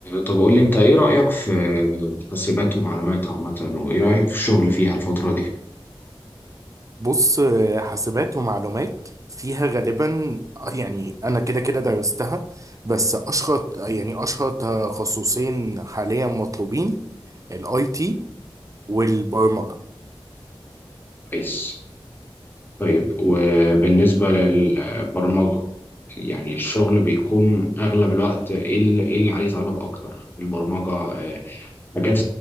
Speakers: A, on the left (about 20°); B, on the right (about 35°).
A: طب قول لي انت ايه رأيك في حاسبات ومعلومات عامة وايه رأيك في الشغل فيها الفترة دي؟
B: بص آه، حاسبات ومعلومات فيها غالبا آه، يعني انا كده كده درستها بس اشهر يعني اشهر تخصصين حاليا مطلوبين الاي تي والبرمجه
A: كويس طيب وبالنسبة للبرمجة يعني الشغل بيكون أغلب الوقت إيه اللي إيه اللي عليه طلب أكتر في البرمجة آه، حاجات